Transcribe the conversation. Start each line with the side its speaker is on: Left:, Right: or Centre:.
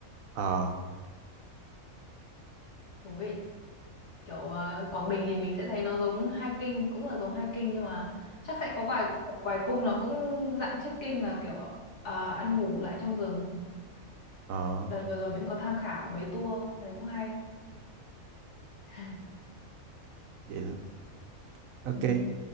Right: ờ,
Left: thú vị kiểu ờ, Quảng Bình thì mình sẽ thấy nó giống hiking cũng là giống hiking nhưng mà chắc sẽ có vài vài cung nó cũng dạng trekking là kiểu ờ, ăn ngủ lại trong rừng
Right: ờ.
Left: Đợt vừa rồi mình cũng có tham khảo mấy tour, thấy cũng hay. <laughs>
Right: Vậy là- ok.
Left: Ừ.